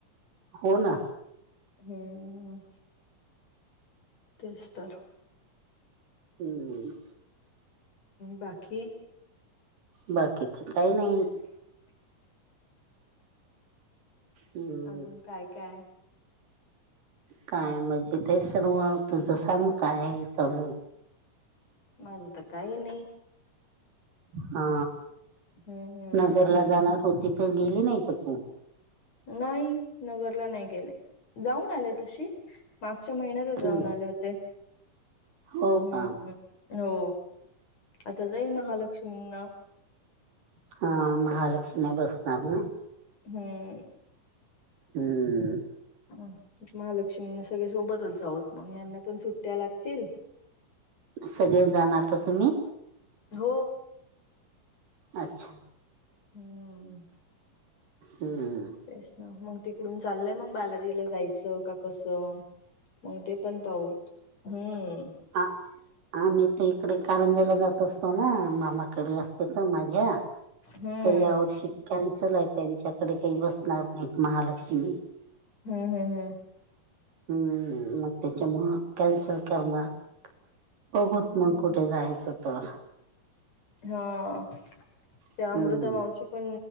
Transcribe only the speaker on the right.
हो ना
हम्म
बाकीथ काही नाही हम्म
काय मजजेत आहेच तर म तुझं सांग काय आहे चालून
हा
नगरला जाणार होती तर गेली नाही का तू
हम्म
हो
का हम्म
ह महालक्ष्मी बसणार ना
हम्
सगळेजण आता तुम्ही
अच्छा
हम् ह
हा आा मी तर इकडे कारंजाला जात असतो ना मामाकडे असते तर माझ्या
तर यावर्षी कॅन्सल आहे त्यांच्याकडे काही बसणार नाहीत महालक्ष्मी
हम्म मग त्याच्यामुळ कॅन्सल करणार. बघूत
मग कुठे जायचं तर
हम्म,